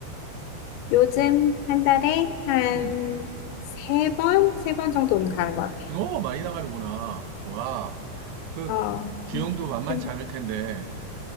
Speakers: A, on the left; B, on the right.
A: 요즘 한 달에 한
B: 응.
A: 세 번, 세 번 정도는 가는 것 같아.
B: 오, 많이 나가는구나. 와, 그
A: 어,
B: 비용도 만만치
A: 근-
B: 않을 텐데